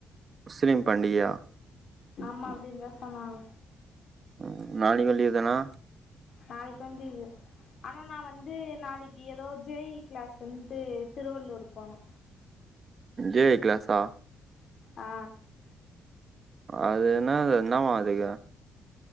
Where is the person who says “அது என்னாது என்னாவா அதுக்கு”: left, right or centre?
Right